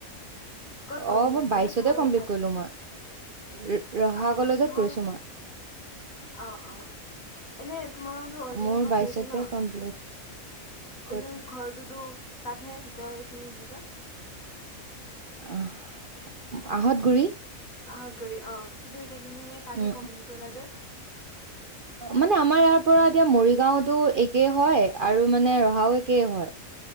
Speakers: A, on the left; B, on the right.
A: ক'ত কৰিলা
B: অ মই
A: বোলে
B: বাইশতে
A: তোমালোকৰ
B: কমপ্লিট
A: তাত?
B: কৰিলো মই ৰহা
A: অ',
B: কলেজত
A: তোমাল
B: গৈছোঁ মই
A: অ অ এনে তোমাৰতো অৰ্জুনৰ
B: মোৰ
A: ঘৰ
B: বাইশতে
A: হেৰি থে ন
B: কমপ্লিট
A: কি ক
B: ক'ত
A: অজ ঘৰটোতো তাতহে কি কয় সখিনি কি কয়
B: আহ আহত গুৰি
A: অ কিন্তু এতিয়া তুমি মানে তাতে
B: উম,
A: কম্লিট কৰিলা যে
B: মানে আমাৰ ইয়াৰ পৰা এতিয়া মৰিগাঁওতো একেই হয় আৰু মানে ৰহাও একেই হয়